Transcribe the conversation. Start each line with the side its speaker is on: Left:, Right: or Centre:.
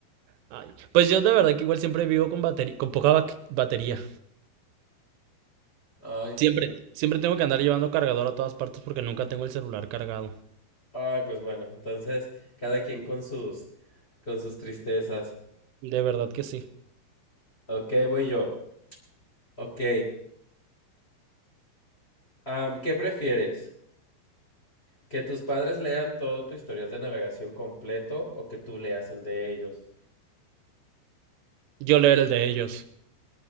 Right: Ay, pues yo de verdad que igual siempre vivo con batería, con poca ba- batería.
Left: Ay,
Right: Siempre, siempre tengo que andar llevando cargador a todas partes porque nunca tengo el celular cargado.
Left: ay, pues bueno, entonces cada quien con sus con sus tristezas.
Right: De verdad que sí.
Left: Ok, voy yo. Ok, am, ¿qué prefieres? ¿Que tus padres lean todo tu historial de navegación completo o que tú leas el de ellos?
Right: Yo leer el de ellos,